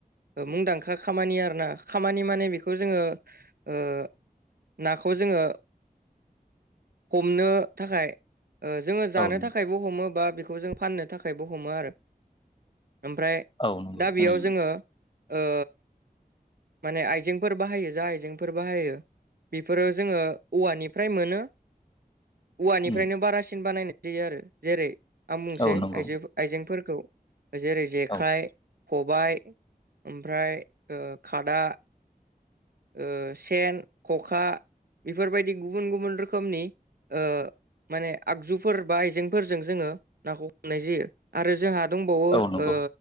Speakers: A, on the right (about 70°); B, on the left (about 30°).
A: मुंदांखा खामानि आरोना खामानि माने बेखौ जोङो ओ नाखौ जोङो हमनो थाखाय जोङो जानो
B: औ नंगौ
A: थाखायबो हमो बा बेखौ जों फाननो थाखायबो हमो आरो ओमफ्राय
B: औ नंगौ
A: दा बेयाव
B: थारैनो
A: जोङो ओ माने आइजेंफोर बाहायो जा आइजेंफोर बाहायो बेफोरो जोङो औवानिफ्राय मोनो औवानिफ्रायनो
B: उम
A: बारासिन बानायनाय जायो आरो जेरै आं बुंसै
B: औ नंगौ
A: आइजो आइजेंफोरखौ जेरै जेखाइ
B: औ
A: खबाय ओमफ्राय ओ खादा ओ सेन ख'खा बेफोरबायदि गुबुन-गुबुन रोखोमनि ओ माने आगजुफोर बा आइजेंफोरजों जोङो नाखौ हमनाय जायो आरो जोंहा दंबावो
B: औ नंगौ
A: ओ